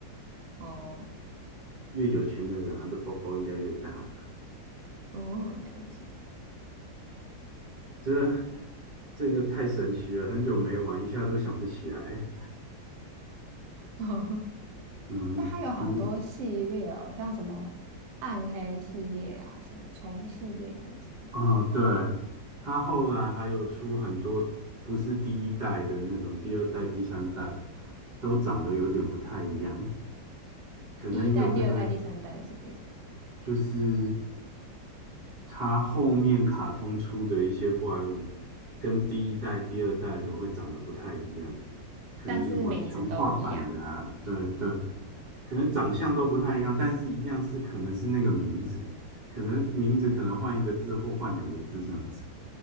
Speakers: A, on the right; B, on the right.
A: 哦，
B: 越有钱的人他的包包应该越大，
A: 哦，了解。
B: 这这个太神奇了，很久没玩一下都想不起来。
A: <laughs>
B: 嗯，
A: 但它有好多系列哦，
B: 你
A: 像什么暗黑系列啊，什么虫系列还是什么东西，
B: 嗯，对，他后来还有出很多不是第一代的那种，第二代、第三代的都长得有点不太一样，可能有那个
A: 第一代、第二代、第三代是什么意思啊？
B: 就是他后面卡通出的一些怪物，跟第一代、第二代的会长得不太一样，可能就什么强化版的啊，
A: 但是名字都一样。
B: 对对，可能长相都不太一样，但是一样是可能是那个名字，可能名字可能换一个字或换两个字这样子。